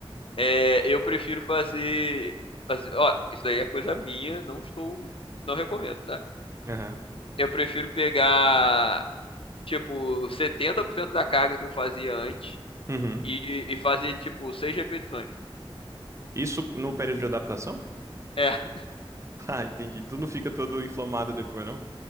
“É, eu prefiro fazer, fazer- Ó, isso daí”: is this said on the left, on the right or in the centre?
Left